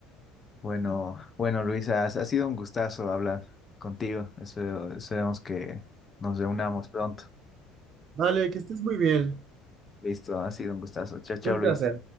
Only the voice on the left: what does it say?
Bueno, bueno, Luisa, ha, ha sido un gustazo hablar contigo. Espero, esperemos que nos reunamos pronto.
Listo, ha sido un gustazo. Chao, chao,
Luis.